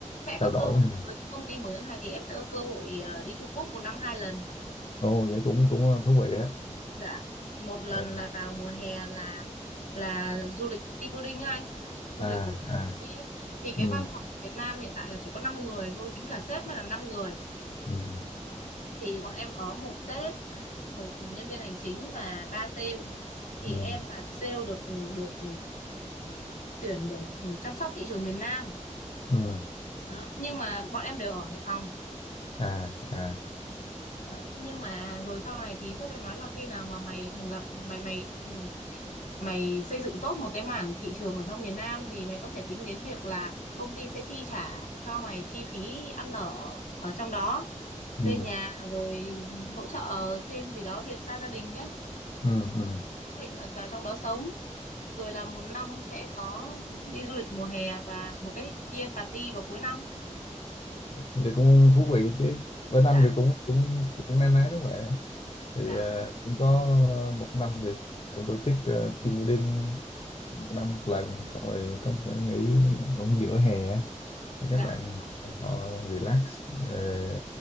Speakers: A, on the left; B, on the left.
A: sẽ có
B: trao đổi
A: cơ hội
B: ha.
A: với cái công ty mới này thì em sẽ có cơ hội ờ, đi Trung Quốc một năm hai lần
B: Ồ vậy cũng cũng ờ, thú vị á
A: Dạ, một lần
B: à
A: là vào mùa hè là là du lịch team building á anh, du lịch
B: à
A: của
B: à,
A: công ty ấy. Thì cái
B: ừ
A: văn phòng của Việt Nam hiện tại là chỉ có 5 người thôi, tính cả sếp mới là 5 người.
B: ừ
A: Thì bọn em có một sếp, một nhân viên hành chính và ba sale. Thì
B: ừ
A: em là sale được được tuyển để chăm sóc thị trường miền Nam.
B: ừ
A: Đó, nhưng mà bọn em đều ở Hải Phòng.
B: à à
A: Đó, nhưng mà rồi sau này thì sếp em nói là khi nào mà mày thành lập mày mày mày xây dựng tốt một cái mảng thị trường ở trong miền Nam thì mày có thể tính đến việc là công ty sẽ chi trả cho mày chi phí ăn ở ở trong đó
B: ừ
A: thuê nhà rồi hỗ trợ thêm gì đó việc xa gia đình nhé
B: ừ ừ
A: xác định là vào trong đó sống rồi là một năm sẽ có đi du lịch mùa hè và một cái đi ăn party vào cuối năm
B: vậy cũng thú vị đấy chứ bên
A: dạ
B: anh thì cũng cũng cũng na ná giống vậy á. thì
A: dạ
B: à, cũng có một năm thì cũng tổ chức ờ, team building ờ, một năm một lần xong rồi có một cái nghỉ cũng giữa hè á để
A: dạ
B: các bạn họ, họ relax rồi